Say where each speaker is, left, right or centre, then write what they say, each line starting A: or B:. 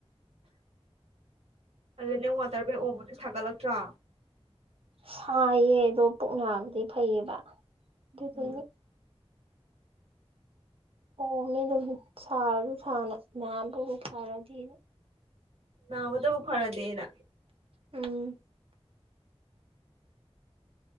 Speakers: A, on the right; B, on the right.
A: ꯑꯗꯨ ꯅꯪ ꯋꯥꯇꯔ ꯕꯦꯡ ꯑꯣꯝꯕꯗꯤ ꯁꯥꯒꯠꯂꯛꯇ꯭ꯔꯣ
B: ꯁꯥꯏꯌꯦ ꯑꯗꯣ ꯄꯨꯛꯅꯥꯕꯗꯤ ꯐꯩꯌꯦꯕ ꯑꯗꯨꯗꯨꯗꯤ
A: ꯎꯝ
B: ꯑꯣꯝꯃꯤ ꯑꯗꯨꯝ ꯁꯥꯔꯁꯨ ꯁꯥꯅ ꯅꯥꯕꯕꯨ ꯐꯔꯗꯤ
A: ꯅꯕꯗꯨꯕꯨ ꯐꯔꯗꯤꯅ
B: ꯎꯝ